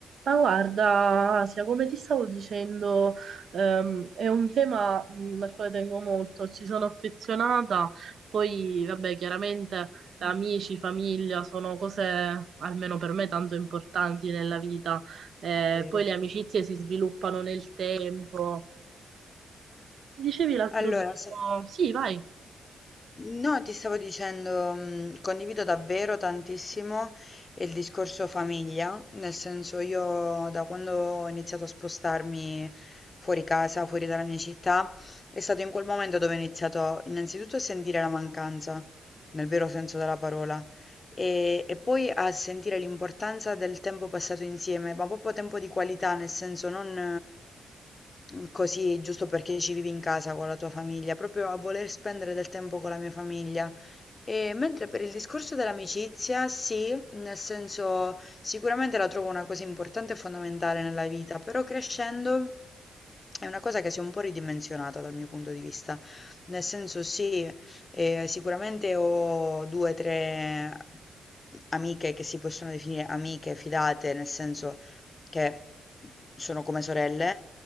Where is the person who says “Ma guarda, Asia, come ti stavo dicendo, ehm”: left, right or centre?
Right